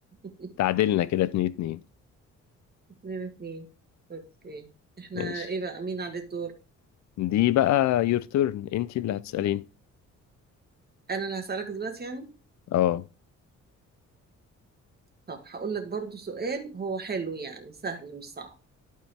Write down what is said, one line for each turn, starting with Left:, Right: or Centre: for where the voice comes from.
Right: <laughs>
Left: تعادلنا كده اتنين اتنين
Right: اتنين اتنين اوكي احنا
Left: ماشي
Right: ايه بقى مين على الدور
Left: دي بقى يور تيرن انت اللي هتسألين
Right: انا اللي هسألك دلوقتي يعني
Left: اه
Right: طب هقول لك برضو سؤال هو حلو يعني سهل مش صعب